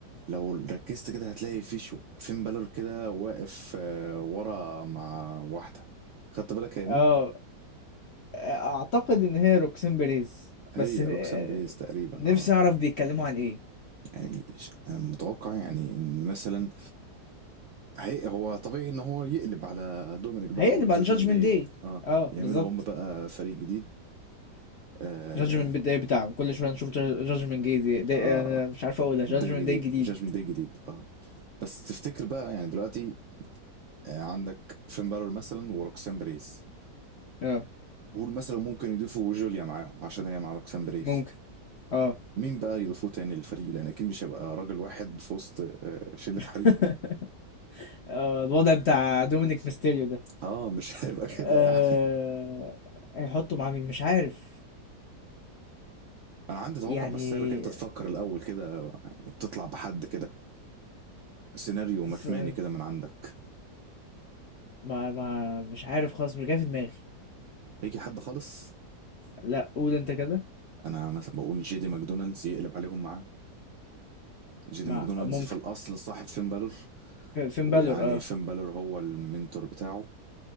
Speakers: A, on the right; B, on the left.
A: لو ركزت كده هتلاقي في شو فين بالور كده واقف آه، ورا مع واحده خدت بالك يا مين
B: اه اعتقد ان هي روكسين بيريز
A: هي
B: بس آه،
A: روكسان بريس تقريبا
B: نفسي
A: اه
B: اعرف بيتكلموا عن ايه
A: يعني ش- انا متوقع يعني ان مثلا هي هو طبيعي ان هو يقلب على دومينيك بقى
B: هيقلب
A: والجاجمنت
B: على جادجمنت
A: داي
B: داي
A: اه
B: اه
A: يعملوا
B: بالظبط
A: هم بقى فريق جديد اه,
B: جادجمنت داي بتاعهم كل شوية نشوف جادجمنت داي دي, دي
A: آه.
B: انا مش عارف اقولها جادجمنت
A: داي جديد
B: داي جديد
A: جاجمنت داي جديد اه بس تفتكر بقى يعني دلوقتي آه عندك فين بالور مثلا وروكسان بريز
B: اه
A: قول مثلا ممكن يضيفوا جوليا معاهم عشان هي مع روكسان بريز
B: ممكن اه
A: مين بقى يضيفوه تاني للفريق لان اكيد مش هيبقى راجل واحد في وسط آه، شله
B: <laughs>
A: حريق
B: آه، الوضع بتاع دومينيك ميستيريو ده
A: اه مش <laughs> هيبقى كده
B: آه،
A: يعني
B: هيحطوا مع مين مش عارف
A: انا عندي توقع
B: يعني
A: بس سايبك انت تفكر الاول كده وتطلع بحد كده سيناريو مكماني
B: س-
A: كده من عندك
B: ما ما مش عارف خالص مش جاي في دماغي
A: اي حد خالص
B: لا قول انت كده
A: انا مثلا بقول جي دي ماكدونالدز يقلب عليهم معاه جي
B: ما
A: دي ماكدونالدز
B: ممكن
A: في الاصل صاحب فين بالور
B: ف- فين
A: ويعني
B: بالور اه
A: فين بالور هو المنتور بتاعه